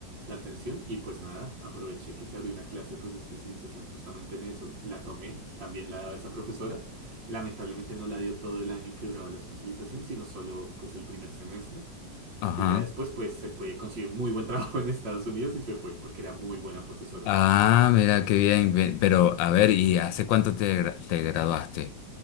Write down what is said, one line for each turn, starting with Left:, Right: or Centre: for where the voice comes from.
Right: la atención y pues nada, aproveché que se abrió una clase pues de especialización justamente en eso, la tomé, también la daba esa profesora, lamentablemente no la dio todo el año que duraba la especialización, sino solo pues el primer semestre.
Left: ajá.
Right: Y ya después, pues se fue, consiguió un muy buen <laughs> trabajo en Estados Unidos y se fue, porque era muy buena profesora.
Left: Ah, mira qué bien. ve- Pero, a ver, ¿y hace cuánto te, gra- te graduaste?